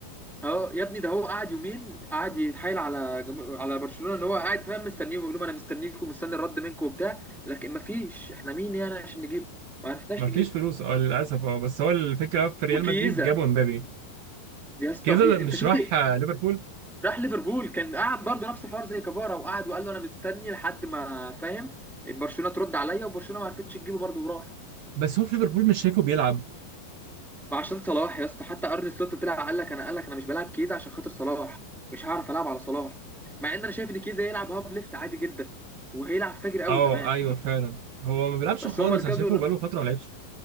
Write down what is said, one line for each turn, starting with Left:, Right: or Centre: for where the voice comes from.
Centre: اه يا ابني ده هو قعد يومين قعد يتحايل على جم... على برشلونه ان هو قاعد فاهم مستنيهم يقول لهم انا مستنيكم مستني الرد منكم وبتاع لكن ما فيش احنا مين يعني عشان نجيبه ما عرفناش
Right: مفيش
Centre: نجيبه
Right: فلوس اه للأسف اه بس هو الفكرة في ريال
Centre: وكيزا
Right: مدريد جابوا امبابي
Centre: يا اسطى
Right: كده
Centre: إيه،
Right: مش
Centre: انت شفت
Right: راح آه، ليفربول
Centre: راح ليفربول كان قاعد برضه نفس الحوار زي كفارا وقعد وقال له انا مستني لحد ما فاهم برشلونه ترد عليا وبرشلونه ما عرفتش تجيبه برضه وراح
Right: بس هو في ليفربول مش شايفه بيلعب
Centre: ما عشان صلاح يا اسطى حتى ارني سلوت طلع قال لك انا قال لك انا مش بلعب كيزه عشان خاطر صلاح مش هعرف العب على صلاح مع ان انا شايف ان كيزه يلعب هاف ليفت عادي جدا وهيلعب فاجر قوي
Right: اه
Centre: كمان
Right: ايوه فعلا هو ما بيلعبش
Centre: بس
Right: خالص
Centre: هو مركزه
Right: انا شايفه
Centre: الر-
Right: بقاله فتره ما لعبش